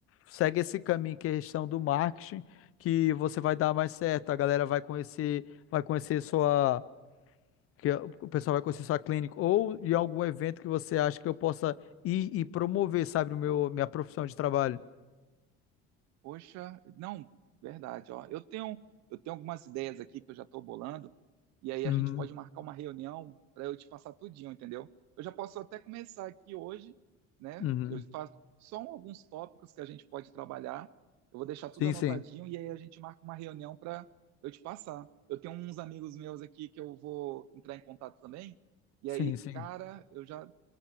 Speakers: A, on the left (about 50°); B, on the right (about 65°).
A: segue esse caminho que é a questão do marketing, que você vai dar mais certo, a galera vai conhecer, vai conhecer sua, que o pessoal vai conhecer sua clínica ou de algum evento que você acha que eu possa ir e promover, sabe, o meu minha profissão de trabalho.
B: Poxa, não, verdade, ó. Eu tenho, eu tenho algumas ideias aqui que eu já estou bolando, e aí
A: Uhum,
B: a gente pode marcar uma reunião para eu te passar tudinho, entendeu? Eu já posso até começar aqui hoje, né?
A: uhum.
B: Eu faço só alguns tópicos que a gente pode trabalhar. Eu vou deixar tudo
A: Sim,
B: anotadinho
A: sim.
B: e aí a gente marca uma reunião para eu te passar. Eu tenho uns amigos meus aqui que eu vou entrar em contato também. E
A: Sim,
B: aí,
A: sim.
B: cara, eu já,